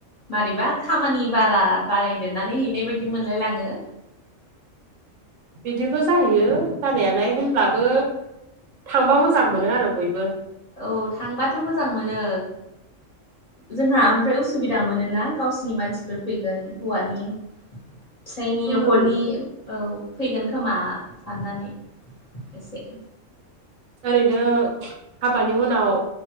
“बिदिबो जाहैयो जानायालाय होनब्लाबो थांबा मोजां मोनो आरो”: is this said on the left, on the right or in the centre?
Right